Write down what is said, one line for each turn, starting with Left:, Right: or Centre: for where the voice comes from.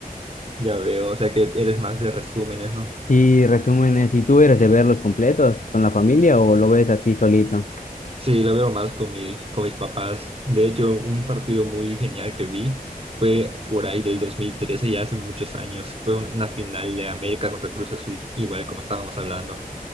Right: Ya veo. O sea, que eres más de resúmenes, ¿no?
Left: Y resúmenes, ¿y tú eres de verlos completos con la familia o lo ves así solito?
Right: Sí, lo veo más con mis, con mis papás. De hecho, un partido muy genial que vi fue por ahí del dos mil trece ya hace muchos años. Fue una final de América contra Cruz Azul, igual como estábamos hablando.